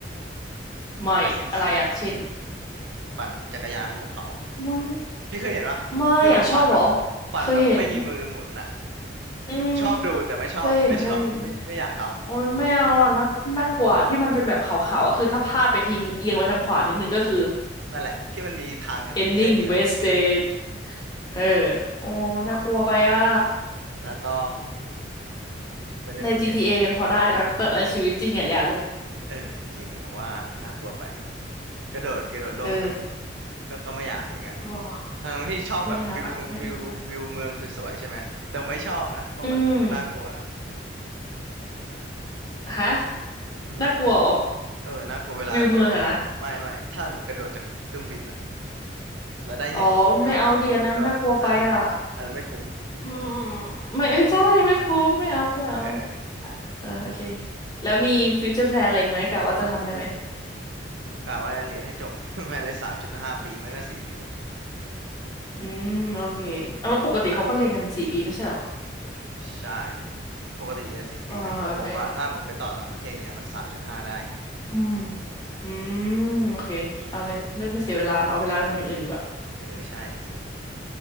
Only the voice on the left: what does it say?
ไม่อะไรอ่ะเช่น
ไม่
ไม่อ่ะชอบเหรอเคยเห็นอืม
เคยเห็นเคยเห็นโอ้ยไม่เอาอ่ะน่าน่ากลัวที่มันเป็นแบบขาวๆก็คือถ้าพลาดไปทีนึงเอียงไปทางขวานิดนึงก็คือ
ending wasted เออโอ้น่ากลัวไปอ่ะ
ใน GTA ยังพอได้นะแต่ในชีวิตจริงอ่ะอย่าเลย
เออ
โอ้
ไม่อยากอะไม่มันอืมฮะ
น่ากลัวเหรอ
วิวเมืองอะนะ
อ๋อไม่เอาดีอันนั้นน่ากลัวไปอะ
อืมไม่ <laughs> ใช่ไม่คุ้มไม่เอาไม่เอา
อ่าโอเคแล้วมีฟิวเจอร์แพลนอะไรอีกไหมกะว่าจะทำอะไรไหม
อืมโอเคเอาแล้วปกติเขาก็เรียนกันสี่ปีไม่ใช่เหรอ
อ่าโอเคอืมอืมโอเคเอาเลยได้ไม่เสียเวลาเอาเวลาไปทำอย่างอื่นดีกว่า